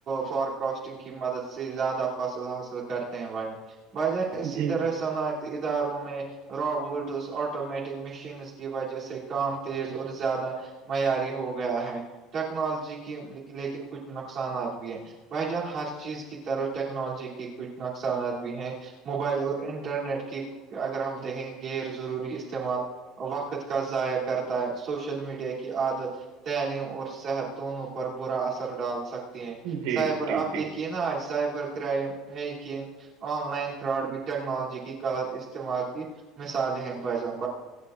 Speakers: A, on the right; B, on the right.
A: فارکسٹنگ کی مدد سے زیادہ فصل حاصل کرتے ہیں ب بھائی جان اسی
B: جی
A: طرح صنعتی اداروں میں رابورٹز آٹومیٹک میشینز کی وجہہ سے کام تیز اور زیادہ معیاری ہو گیا ہے ٹیکنالوجی کی لیکن کچھ نقصانات بھی ہیں بھائی جان ہر چیز کی طرح ٹیکنالوجی کے کچھ نقصانات بھی ہیں موبائل اور انٹرنیٹ کی اگر ہم دیکھیں گے غیر ضروری استعمال وقت کا ضائع کرتا ہے سوشل میڈیا کے کی عادت تعلیم اور صحت دونوں پر برا اثر ڈال سک
B: جی
A: سائبر
B: جی
A: آب
B: جی
A: دیکھیے نا آج cyber crime hacking <inaudible> on line fraud بھی ٹیکنالوجی کی غلط استعمال کی مثال ب ج